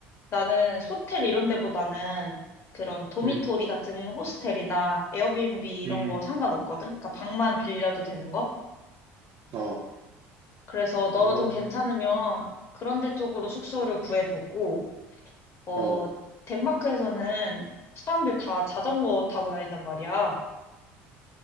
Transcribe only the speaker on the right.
음,
음,
어,
어,
어,